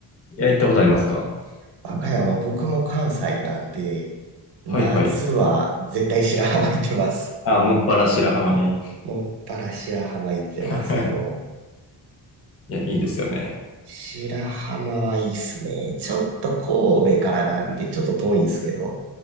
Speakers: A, on the left; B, on the right.
A: いや、行ったことありますか
B: 和歌山、僕も関西なんで、夏は絶対白浜行ってます。
A: はいはい。あ、もっぱら白浜に。
B: <laughs> もっぱら白浜行ってます、
A: <laughs>
B: もう。
A: いや、いいですよね。
B: 白浜はいいっすね。ちょっと神戸からなんで、ちょっと遠いんですけど。